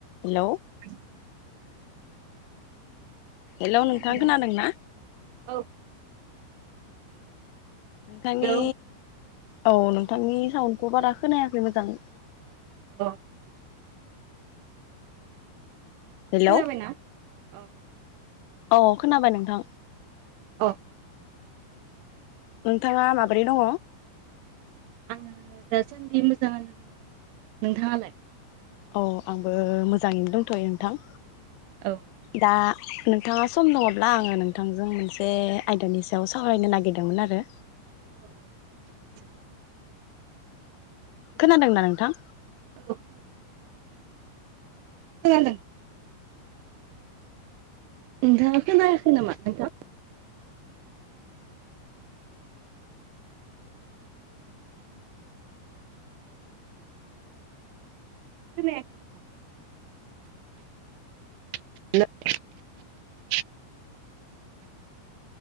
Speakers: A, on the left; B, on the right.
A: हेल
B: औ
A: हेलौ
B: खोनादोंना
A: नोंथां खोनादों ना
B: औ
A: नोंथांनि
B: हेलौ
A: औ नोंथांनि साउन गबारा खोनायाखै मोजाङै
B: अ
A: हेलौ
B: खनाबायना औ
A: औ खोनाबाय नोंथां
B: अ अ
A: नोंथाङा माबोरै दङ
B: आङो दासान्दि मोजाङानो दङ नोंथाङालाय?
A: अ आंबो मोजाङैनो दंथ'यो नोंथां।
B: औ
A: दा नोंथाङा सम दङब्ला आङो नोंथांजों मोनसे आयदानि सायाव सावरायनो नागिरदोंमोन आरो।
B: औ औ थ।
A: खोनादोंना नोंथां?
B: औ खोनादों खोनादों। दाखनाााख नामा नथां। खथां <inaudible> <unintelligible>